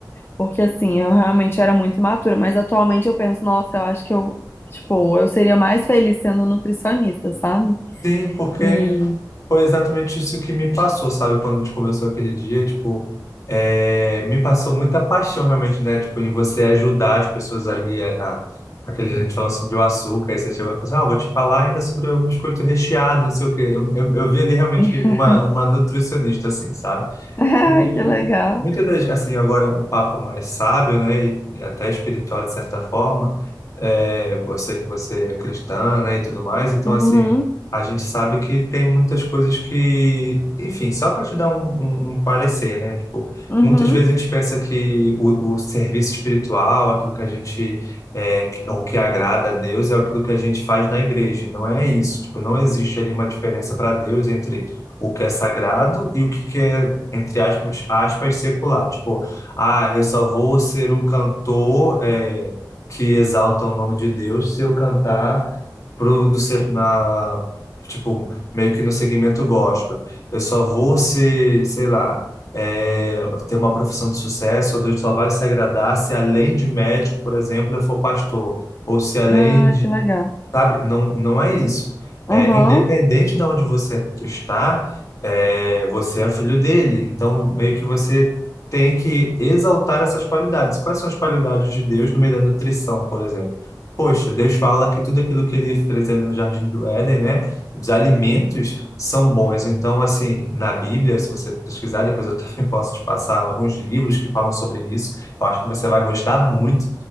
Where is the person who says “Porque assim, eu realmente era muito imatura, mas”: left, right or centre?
Left